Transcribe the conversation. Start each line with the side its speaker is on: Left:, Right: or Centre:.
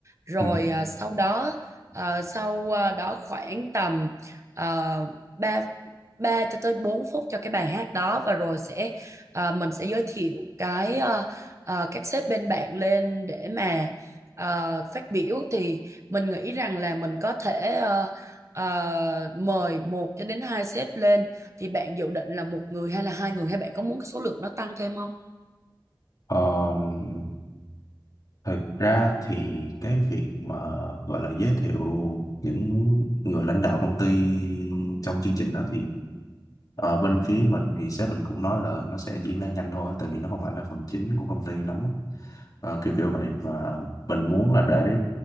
Right: rồi
Left: ừ.
Right: à, sau đó à, sau à, đó khoảng tầm uh, 3 3 cho tới 4 phút cho cái bài hát đó và rồi sẽ à, mình sẽ giới thiệu cái à, à, các sếp bên bạn lên để mà à, phát biểu thì mình nghĩ rằng là mình có thể à, à, mời một cho đến hai sếp lên thì bạn dự định là một người hay là hai người hay bạn có muốn cái số lượng nó tăng thêm không?
Left: Ờm, thật ra thì cái việc mà gọi là giới thiệu những người lãnh đạo công ty trong chương trình đó thì Ờ, bên phía mình thì sếp mình cũng nói là nó sẽ diễn ra nhanh thôi tại vì nó không phải là phần chính của công ty lắm á. Ờ, kiểu kiểu vậy và mình muốn là để